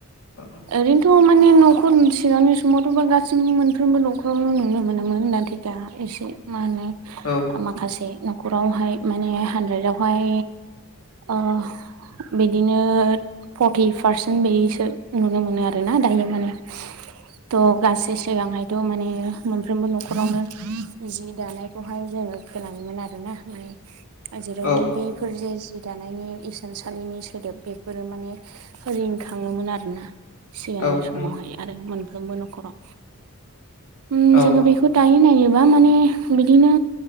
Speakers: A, on the left; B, on the right.
A: औ
B: ओरैनोथ' माने न'खर सिगांनि समावथ' गासैबो मोनफ्रोमबो न'खरावनो नुनो मोनोमोन दा बिदि दा एसे मा होनो
A: औ
B: माखासे न'खरावहाय माने हानद्रेदावहाय ओ बिदिनो फर्टि पारसेन्ट बेदिसो नुनो मोनो आरोना दायो माने। थ' गासै सिगांहायथ' माने मोनफ्रोमबो न'खर रावनो जि दानायखौहाय जोङो खोनायोमोन आरो ना माने जेरावबो
A: औ
B: बैफोर जे जि दानायनि इसानसालिनि सोदोब बेफोरो माने रिंखाङोमोन आरोना। सिगांनि
A: औ
B: समावहाय
A: नंगौ
B: आरो मोनफ्रोमबो न'खराव ओम
A: औ
B: जोङो बेखौ दायो नायोब्ला माने बिदिनो